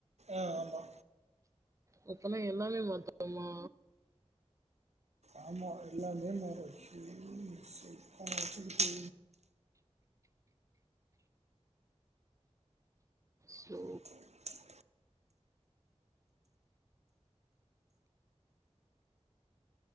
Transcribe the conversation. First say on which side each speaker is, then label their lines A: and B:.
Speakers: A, on the right; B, on the right.
A: ஆ ஆமா
B: மொத்தமா எல்லாமே மாத்த னுமா
A: ஆமா எல்லாமே மாறு அய்யயோ இந்த செல்போன வச்சுக்கிட்டு
B: ஸோ
A: <inaudible>